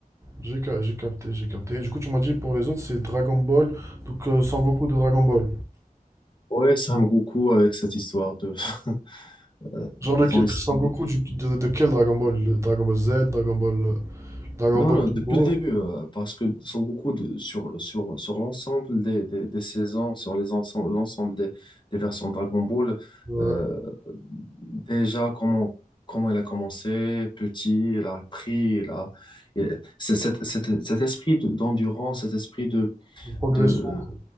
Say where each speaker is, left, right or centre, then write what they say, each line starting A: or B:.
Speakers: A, on the right; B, on the left.
A: j'ai ca- j'ai capté, j'ai capté. Et du coup, tu m'as dit pour les autres, c'est Dragon Ball, donc euh, Sangoku de Dragon Ball.
B: Ouais, Sam Goku avec cette histoire de <laughs> euh,
A: Genre,
B: son
A: lequel-
B: histoire
A: Sangoku
B: de-
A: du- de, de quel Dragon Ball? Le Dragon Ball Z, Dragon Ball, euh, Dragon
B: Non,
A: Ball
B: non,
A: tout
B: depuis
A: court,
B: le début, euh, parce que Son Goku de- sur sur sur l'ensemble des, des, des saisons, sur les ensemble l'ensemble des, des versions de Dragon Ball,
A: euh,
B: euh, déjà comment comment il a commencé, petit, il a appris, il a et c'est cet, cet, cet esprit de- d'endurance, cet esprit de
A: la progression.
B: de
A: quoi.